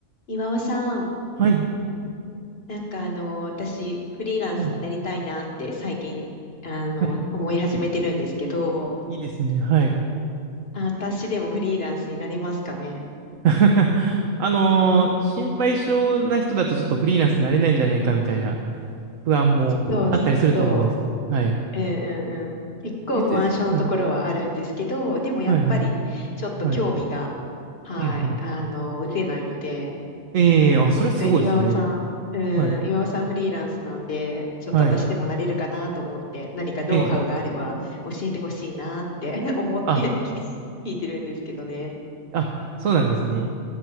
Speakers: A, on the left (about 50°); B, on the right (about 80°).
A: 岩尾さん、
B: はい。
A: なんかあの、私、フリーランスになりたいなって最近、
B: うん。
A: あの、
B: はい。
A: 思い始めてるんですけど、
B: いいですね。はい。
A: あ私でもフリーランスになれますかね。
B: <laughs> あのー心配性な人だとちょっとフリーランスになれないんじゃないかみたいな不安もあったりすると思うんですけど。
A: そうそ
B: はい。
A: う。うんうんうん。結構不安症のところはあるんですけど、
B: えっとですね。はい。
A: でもやっぱり、
B: はいはい。
A: ちょっと興味が、
B: はい。
A: はい、
B: うんうん。
A: あの、失せないので、
B: ええあ、それすごいですね。
A: で、岩尾さん、うん、
B: はい。
A: 岩尾さんフリーランスなんで、ちょっと私でもなれるかなと思って、
B: はい。
A: 何かノウハウがあれば教えてほしいなって
B: ええ
A: <laughs> 思ってき
B: あ、
A: <laughs> 聞いてるんですけどね。
B: あ、そうなんですね。